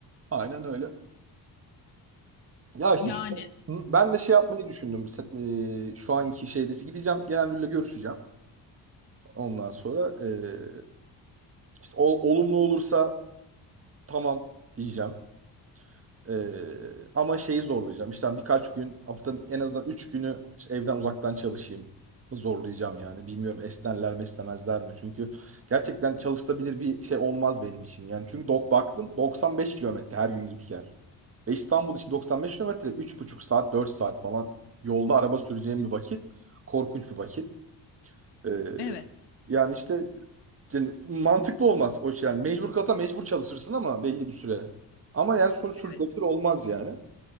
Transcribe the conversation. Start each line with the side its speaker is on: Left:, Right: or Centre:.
Right: Aynen öyle. Ya işte
Left: Yani
Right: şu- ben de şey yapmayı düşündüm. Se- e, şu anki şeyde gideceğim genel müdürle görüşeceğim. Ondan sonra eee, işte ol- olumlu olursa tamam diyeceğim. Eee, ama şeyi zorlayacağım. İşte hani birkaç gün haftanın en azından 3 günü işte evden uzaktan çalışayım. Zorlayacağım yani. Bilmiyorum esnerler mi istemezler mi? Çünkü gerçekten çalışılabilir bir şey olmaz benim için. Yani çünkü dok baktım 95 kilometre her gün git gel. Ve İstanbul için 95 kilometre üç buçuk saat 4 saat falan yolda araba süreceğim bir vakit. Korkunç bir vakit. E,
Left: evet,
Right: Yani işte yani mantıklı olmaz o şey. Yani mecbur kalsa mecbur çalışırsın ama belli bir süre. Ama yani son sürdürülebilir
Left: evet.
Right: olmaz yani.